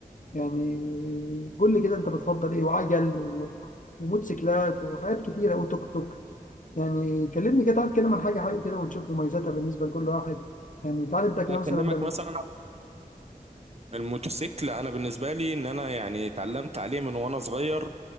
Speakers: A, on the left (about 60°); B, on the right (about 45°).
A: يعني قول لي كده انت بتفضل ايه وعجل و- وموتوسيكلات وحاجات كتيره وتوك توك يعني كلمني كده تعال كده عن حاجه حاجه كده ونشوف مميزاتها بالنسبه لكل واحد يعني تعال نبدا كده
B: أكلمك
A: مثلا
B: مثلا الموتوسيكل انا بالنسبه لي ان انا يعني اتعلمت عليه من وانا صغير